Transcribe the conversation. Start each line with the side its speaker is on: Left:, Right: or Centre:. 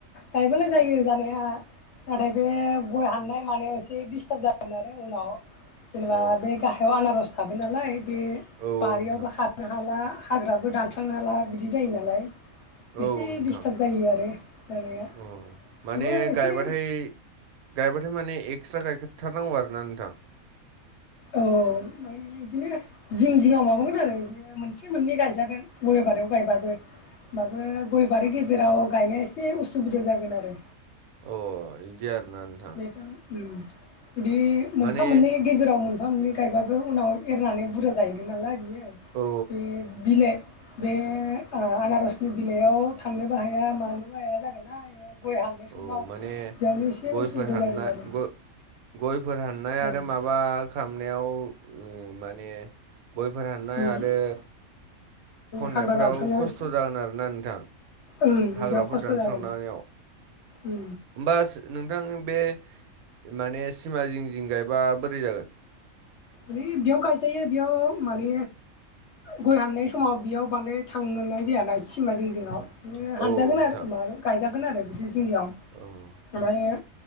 Left: गायबानो जायो जानाया। नाथाय बे गय हाननाय मानायाव एसे दिस्टाब जागोन आरो उनाव। जेनेबा
Right: अ
Left: बे गाहायाव आनारस थाबाय नालाय बे
Right: औ
Left: बारियावबो
Right: नोंथां
Left: हाबनो हाला। हाग्राबो दानस्रांनो हाला बिदि जायो नालाय।
Right: औ
Left: एसे
Right: नोंथां
Left: डिस्टाब जायो आरो जानाया
Right: अ माने
Left: थेवबो एसे
Right: गायबाथाय गायबाथाय माने एकस्रा गायखा थारनांगौ आरोना नोंथां।
Left: औ मानि बिदिनो जिं जिंआव माबागोन आरो बियो मोनसे मोननै गायजागोन गय बारियाव गायबाबो। होमबाबो गय बारि गेजेराव गायनाया एसे उसुबिदा जागोन आरो।
Right: अ बिदि आरोना नोंथां
Left: बेथ' ओम बिदि मोनफा
Right: माने
Left: मोननै गेजेराव मोनफा मोननै गायबाबो उनाव एरनानै बुरजा जाहैगोन नालाय बियो।
Right: औ
Left: बे बिलाइ बे ओ आनारसनि बिलाइयाव थांनोबो हाया मानोबो हाया जागोन ना। गय हाननाय समाव
Right: औ माने
Left: बेयावनो एसे
Right: गयफोर
Left: उसुबिदा
Right: हानना
Left: जागोन आरो।
Right: गय गयफोर हाननाय आरो
Left: औ
Right: माबा खालामनायाव ओ माने गयफोर हाननाय
Left: उम
Right: आरो खननायफोराव
Left: हाग्रा दानस्रांनायाव
Right: खस्थ'
Left: एसे
Right: जागोन आरो ना नोंथां।
Left: ओं बिदियाव
Right: हाग्राफोर
Left: खस्थ'
Right: दानस्रांनायाव
Left: जागोन। उम
Right: होमबा नोंथां बे माने सिमा जिं जिं गायबा बोरै जागोन?
Left: ओरै बेयाव गायजायो बेयाव माने गय हाननाय समाव बेयाव बांद्राय थांनोनाय जायाना सिमा जिं जिङाव। ओ हानजागोन
Right: औ नोंथां
Left: आरो मानो गायजागोन आरो बिदि जिं जिङाव
Right: औ ओमफ्राय
Left: ओमफायो